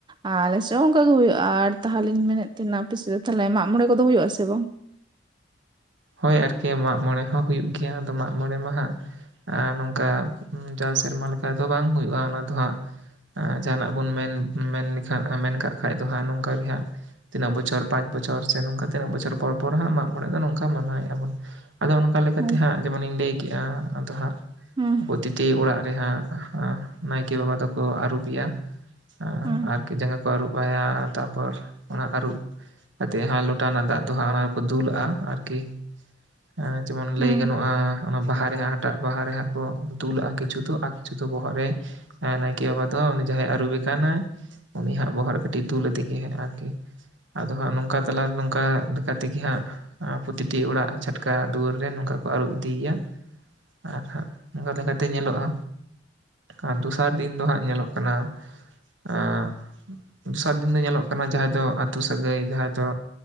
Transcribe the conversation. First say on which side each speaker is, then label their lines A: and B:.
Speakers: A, on the right; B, on the right.
A: ᱟᱨ ᱟᱞᱮᱥᱮᱫ ᱦᱚᱸ ᱚᱱᱠᱟ ᱜᱮ ᱦᱩᱭᱩᱜ-ᱟ ᱟᱨ ᱛᱟᱦᱚᱞᱤᱧ ᱢᱮᱱᱮᱫ ᱛᱟᱦᱮᱱᱟ ᱟᱯᱮ ᱥᱮᱫ ᱫᱚ ᱛᱟᱦᱚᱞᱮ ᱢᱟᱜ ᱢᱚᱬᱮ ᱠᱚᱫᱚ ᱦᱩᱭᱩᱜᱼᱟ ᱥᱮ ᱵᱟᱝ?
B: ᱦᱳᱭ ᱟᱨᱠᱤ ᱢᱟᱜ ᱢᱚᱬᱮ ᱦᱚᱸ ᱦᱩᱭᱩᱜ ᱜᱮᱭᱟ ᱟᱫᱚ ᱢᱟᱜ ᱢᱚᱬᱮ ᱢᱟᱦᱟᱜ ᱱᱚᱝᱠᱟ ᱡᱟ ᱥᱮᱨᱢᱟ ᱞᱮᱠᱟ ᱫᱚ ᱵᱟᱝ ᱦᱩᱭᱩᱜ-ᱟ ᱚᱱᱟ ᱫᱚ ᱦᱟᱸᱜ ᱡᱟᱦᱟᱱᱟᱜ ᱵᱚᱱ ᱢᱮᱱ ᱢᱮᱱᱠᱷᱟᱱ ᱢᱮᱱ ᱠᱟᱜ ᱠᱷᱟᱱᱡ ᱫᱚ ᱦᱟᱸᱜ ᱱᱚᱝᱠᱟ ᱜᱮ ᱦᱟᱸᱜ ᱛᱤᱱᱟᱹᱜ ᱵᱚᱪᱷᱚᱨ ᱯᱟᱸᱪ ᱵᱚᱪᱷᱚᱨ ᱥᱮ ᱱᱚᱝᱠᱟ ᱛᱤᱱᱟᱹᱜ ᱵᱚᱪᱷᱚᱨ ᱯᱚᱨ ᱯᱚᱨ ᱦᱟᱸᱜ ᱢᱟᱜ ᱢᱚᱬᱮ ᱫᱚ ᱱᱚᱝᱠᱟ ᱢᱟᱱᱟᱣᱮᱫ-ᱟ ᱵᱩᱱ ᱟᱫᱚ ᱠᱟ ᱞᱮᱠᱟᱛᱮ
A: ᱦᱳᱭ
B: ᱦᱟᱸᱜ ᱡᱮᱢᱚᱱᱤᱧ ᱞᱟᱹᱭ ᱠᱮᱫ-ᱟ ᱟᱫᱚ ᱦᱟᱸᱜ
A: ᱦᱩᱸ
B: ᱯᱨᱚᱛᱤᱴᱤ ᱚᱲᱟᱜ ᱨᱮᱦᱟᱸᱜ ᱱᱟᱭᱠᱮ ᱵᱟᱵᱟ ᱫᱚᱠᱚ ᱟᱹᱨᱩᱵ ᱮᱭᱟ ᱟᱸ
A: ᱦᱩᱸ
B: ᱟᱨᱠᱤ ᱡᱟᱸᱜᱟ ᱠᱚ ᱟᱹᱨᱩᱵ ᱵᱟᱲᱟᱭᱟ ᱛᱟᱯᱚᱨ ᱚᱱᱟ ᱟᱹᱨᱩᱵ ᱠᱟᱛᱮᱫ ᱦᱟᱸ ᱞᱚᱴᱟ ᱨᱮᱱᱟᱜ ᱫᱟᱜ ᱫᱚ ᱦᱟᱸ ᱚᱱᱟ ᱨᱮᱠᱚ ᱫᱩᱞᱟᱜᱼᱟ ᱟᱨᱠᱤ ᱦᱮᱸ ᱡᱮᱢᱚᱱ
A: ᱦᱩᱸ
B: ᱞᱟᱹᱭ ᱜᱟᱱᱚᱜᱼᱟ, ᱚᱱᱟ ᱵᱟᱦᱟ ᱨᱮᱦᱟᱸᱜ ᱦᱟᱴᱟᱜ ᱵᱟᱦᱟ ᱨᱮ ᱦᱟᱸᱜ ᱠᱚ ᱫᱩᱞᱟᱜᱼᱟ ᱠᱤᱪᱷᱩ ᱫᱚ ᱟ ᱡᱚᱛᱚ ᱵᱚᱦᱚᱜ ᱨᱮ ᱱᱟᱭᱠᱮ ᱵᱟᱵᱟ ᱫᱚ ᱩᱱᱤ ᱡᱟᱦᱟᱸᱭ ᱟᱹᱨᱩᱵᱮ ᱠᱟᱱᱟᱭ ᱩᱱᱤ ᱦᱟᱸᱜ ᱵᱚᱦᱚᱜ ᱨᱮ ᱠᱟᱹᱴᱤᱡ ᱫᱩᱞ ᱟᱫᱮ ᱜᱮ ᱦᱟᱸ ᱟᱨᱠᱤ ᱟᱫᱚ ᱦᱟᱸᱜ ᱱᱚᱝᱠᱟ ᱛᱟᱞᱟ ᱱᱚᱝᱠᱟ ᱞᱮᱠᱟ ᱛᱮᱜᱮ ᱦᱟᱸᱜ ᱯᱚᱛᱤᱴᱤ ᱚᱲᱟᱜ ᱪᱷᱟᱴᱠᱟ ᱫᱩᱣᱟᱹᱨ ᱨᱮ ᱱᱚᱝᱠᱟ ᱠᱚ ᱟᱹᱨᱩᱵ ᱤᱫᱤᱭᱭᱟ ᱟᱨ ᱦᱟᱸᱜ ᱚᱱᱠᱟ ᱞᱮᱠᱟᱛᱮ ᱧᱮᱞᱚᱜᱼᱟ᱾ ᱟᱨ ᱫᱚᱥᱟᱨ ᱫᱤᱱ ᱫᱚ ᱦᱟᱸᱜ ᱧᱮᱞᱚᱜ ᱠᱟᱱᱟ <inaudible> ᱫᱚᱥᱟᱨ ᱫᱤᱱ ᱫᱚ ᱧᱮᱞᱚᱜ ᱠᱟᱱᱟ ᱡᱟᱦᱟᱸᱭ ᱫᱚ ᱟᱛᱩ ᱥᱟᱹᱜᱟᱹᱭ ᱡᱟᱦᱟᱸᱭ ᱫᱚ